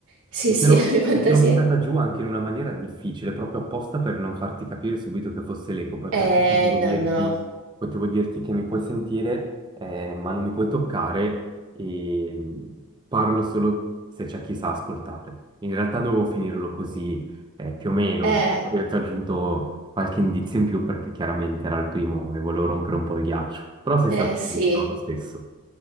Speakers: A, on the right (about 80°); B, on the right (about 20°).
A: Sì,
B: E
A: sì,
B: te l'ho
A: <laughs> la mia fantasia.
B: e te l'ho buttata giù anche in una maniera difficile, proprio apposta per non farti capire subito che fosse l'eco, perché
A: Eh,
B: se no potevo
A: no,
B: dirti,
A: no.
B: potevo dirti che mi puoi sentire, eh, ma non mi puoi toccare e mh, parlo solo se c'è chi sa ascoltare. In realtà dovevo finirlo così, eh, più o meno.
A: Eh,
B: Poi Ti ho aggiunto qualche indizio in più perché chiaramente era il primo e volevo rompere un po' il ghiaccio. Però sei
A: eh
B: stato
A: sì.
B: bravissimo lo stesso.